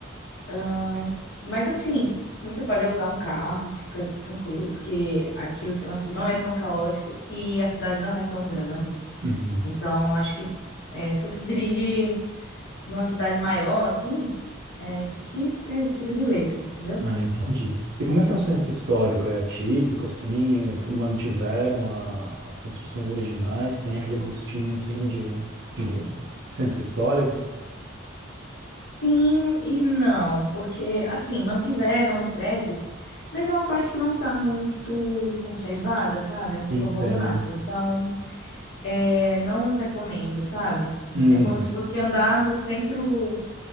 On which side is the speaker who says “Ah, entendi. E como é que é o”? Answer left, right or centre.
Right